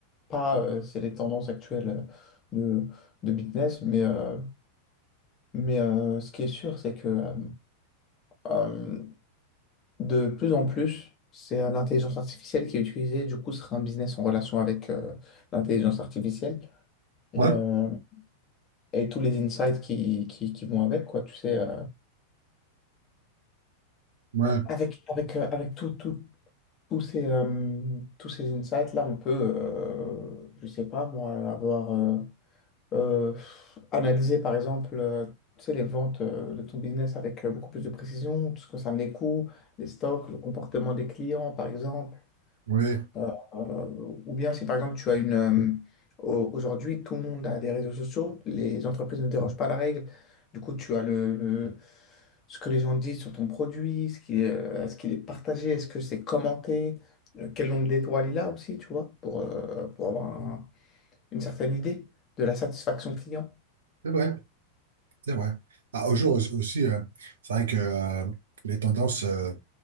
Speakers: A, on the left; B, on the right.
A: pas euh, c'est les tendances actuelles euh, de, de business, mais, euh, mais euh, ce qui est sûr, c'est que euh, euh, de plus en plus, c'est euh, l'intelligence artificielle qui est utilisée. Du coup, ce sera un business en relation avec euh, l'intelligence artificielle et,
B: Ouais,
A: euh, et tous les insights qui, qui, qui vont avec, quoi. Tu sais, euh,
B: ouais,
A: avec, avec, euh, avec tout, tout, Tous ces, euh, tous ces insights-là, on peut, euh, je sais pas moi, avoir euh, euh, analysé par exemple euh, tu sais, les ventes euh, de ton business avec euh, beaucoup plus de précision, tout ce que ça met coût, les stocks, le comportement des clients par exemple,
B: ouais,
A: euh, ou bien si par exemple tu as une... euh, au- aujourd'hui, tout le monde a des réseaux sociaux, les entreprises ne dérogent pas à la règle. Du coup, tu as le, le- ce que les gens disent sur ton produit, ce qui, est- euh, est-ce qu'il est partagé, est-ce que c'est commenté, euh, quel nombre d'étoiles il a aussi, tu vois, pour, euh, pour avoir un- une certaine idée de la satisfaction client.
B: c'est vrai, c'est vrai. Ah, aujourd'hui aussi, euh, c'est vrai que euh, les tendances, euh,